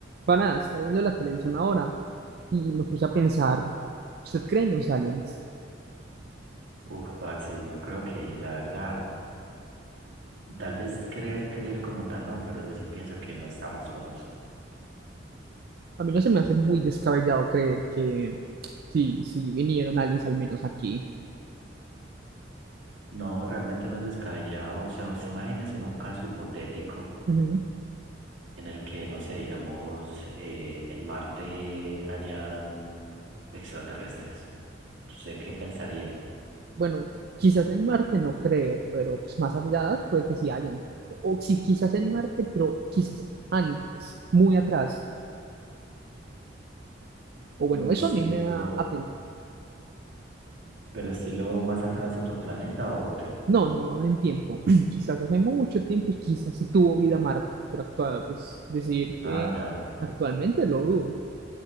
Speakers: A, on the right; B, on the right.
A: Para, estaba viendo la televisión ahora y me puse a pensar, ¿usted cree en los aliens?
B: Uf, parce, yo creo que la verdad, tal vez creer, creer como tal no, pero yo sí pienso que no estamos solos.
A: A mí no se me hace muy descabellado creer que sí, sí vinieron aliens al menos aquí.
B: No, realmente no es descabellado. O sea, usted imagínese en un caso hipotético
A: Ujú.
B: en el que, no sé, digamos, eh, en Marte hayan extraterrestres. ¿Usted qué pensaría?
A: Bueno, quizás en Marte no creo, pero pues más allá puede que sí hayan. O, si sí, quizás en Marte, pero quizás antes, muy atrás. O
B: Mm,
A: bueno, eso
B: Estilo,
A: a mí me da a pensar.
B: pero estilo más atrás otro planeta o qué?
A: No, no hablo en tiempo. <clears throat> Quizás hace mucho tiempo, quizás sí tuvo vida Marte, pero actual, pues decir
B: Ah,
A: que
B: ya,
A: actualmente lo dudo.